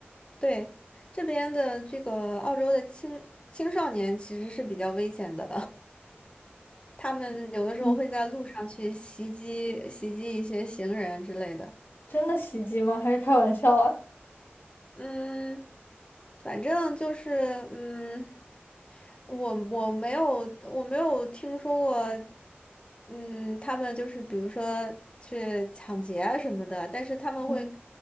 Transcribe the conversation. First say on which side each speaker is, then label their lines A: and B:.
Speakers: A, on the left; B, on the left.
A: 对，这边的这个澳洲的青青少年其实是比较危险的，<laughs> 他们有的时候会在路上去袭击袭击一些行人之类的。
B: <laughs> 嗯，真的袭击吗？还是开玩笑啊？
A: 嗯，反正就是，嗯，我我没有我没有听说过，嗯，他们就是比如说去抢劫啊什么的，但是他们会
B: 嗯